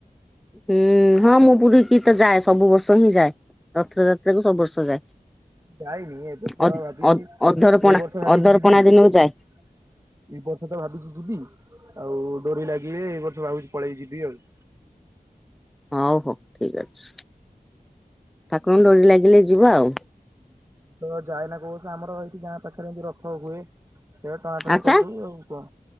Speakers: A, in the centre; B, on the right.
A: ଁ ହୁଁ ହଁ ମୁଁ ପୁରୀ କିି ତ ଯାଏ ସବୁ ବର୍ଷ ହିଁ ଯାଏ ରଥଯାତ୍ରାକୁ ସବୁ ବର୍ଷ ଯାଏ।
B: ଯାଇନି ଏବେଥର
A: ଅଧ
B: ଭାବିଛି
A: ଅଧ
B: ଏଇ
A: ଅଧରପଣା
B: ବର୍ଷ ଭାବିଛି
A: ଅଧରପଣା
B: ଯିବି। ଏଇ
A: ଦିନକୁ ଯାଏ
B: ବର୍ଷତ ଭାବିଛି ଯିବି ଆଉ ଡୋରି ଲାଗିବେ ଏଇ ବର୍ଷ ଭାବୁଛି ପଳେଇ ଯିବି ଆଉ।
A: ହଉ ହଉ ଠିକ ଅଛି ଠାକୁରଙ୍କ ଡୋରି
B: ଆଜ୍ଞା
A: ଲାଗିଲେ ଯିବା ଆଉ
B: ତ ଯାଇନା କହୁ ସେ ରହିଛିି ଯାହା ପାଖରେ ଏମିତି ରଥ ହୁଏ ସେ ଟଣା ଟଣି
A: ଆଚ୍ଛା
B: କରିଦବୁ ଆଉ କଣ?